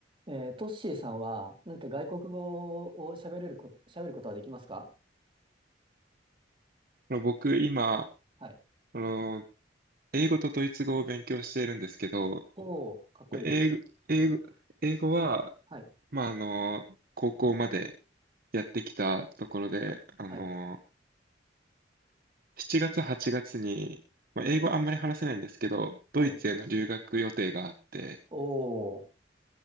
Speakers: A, on the right (about 30°); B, on the right (about 50°).
A: えー、トッシーさんは何か外国語を喋れるこ、喋ることはできますか
B: あの僕、今、
A: はい。
B: あの、英語とドイツ語を勉強しているんですけど、
A: おお、かっこいい。
B: 英語、英語、英語は、
A: はい、
B: まあ、あの、高校までやってきたところで、あの、
A: はい、
B: 7月、8月に、まあ、英語あんまり話せないんですけど、ドイツへの留学予定があって、
A: はい。おお。